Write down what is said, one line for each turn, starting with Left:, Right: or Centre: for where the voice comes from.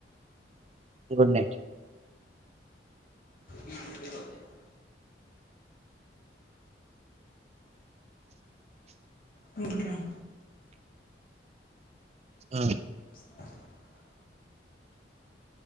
Right: गुड नाईट.
Left: ते <inaudible> <inaudible> ठीक आहे.
Right: हा
Left: <inaudible>